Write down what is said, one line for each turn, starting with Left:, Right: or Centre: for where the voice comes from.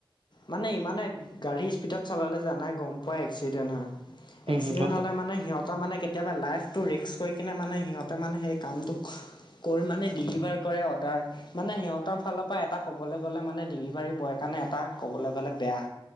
Left: মানে ইমানে গাড়ী স্পীডত চলালে জানাই গম পোৱাই এক্সিডেণ্ট হয়।
Right: হম
Left: এক্সিডেণ্ট
Right: হম গম
Left: হলে
Right: পাওঁ
Left: মানে সিহঁত সিহঁতৰ মানে কেতিয়াবা লাইফটো ৰিক্স কৰি কেনে মেনে সিহঁতে মানে হে কামটোক কৰ মানে বিলিয়োগ ডেলিভাৰ কৰে অৰ্ডাৰ মানে সিহঁতৰ ফালৰ পৰা এটা ক'বলৈ গ'লে মানে ডেলিভাৰী বয়ৰ কাৰণে এটা ক'বলৈ গ'লে বেয়া